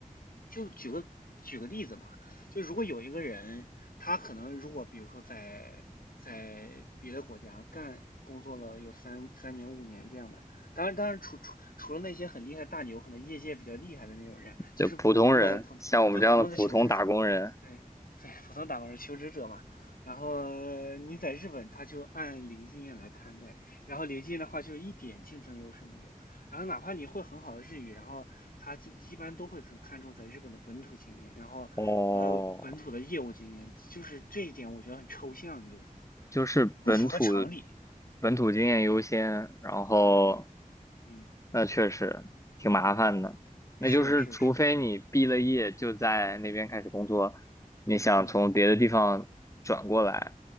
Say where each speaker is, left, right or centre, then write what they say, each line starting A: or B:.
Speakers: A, on the left (about 85°); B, on the left (about 20°).
A: 就举个举个例子吧，就如果有一个人，他可能如果比如说在在别的国家干工作了有三三年五年这样的，当然，当然除除除了那些很厉害的大牛，可能业界比较厉害的那种人，就是普通的普对普通的求职者，
B: 就普通人，像我们这样的普通打工人，
A: 对对普通打工人求职者嘛。然后你在日本，他就按零经验来看待，然后零经验的话就一点竞争优势没有。然后哪怕你会很好的日语，然后他就一般都会很看重在日本的本土经验，然后和本土的业务经验，
B: 哦，
A: 就是这一点我觉得很抽象，就是
B: 就是本土
A: 不符合常理。
B: 本土经验优先，
A: 嗯
B: 然后
A: 嗯嗯嗯
B: 那确实挺麻烦的。
A: 啊。
B: 那就是除非你毕了业就在那边开始工作，
A: 是是是，
B: 你想从别的地方转过来，
A: 嗯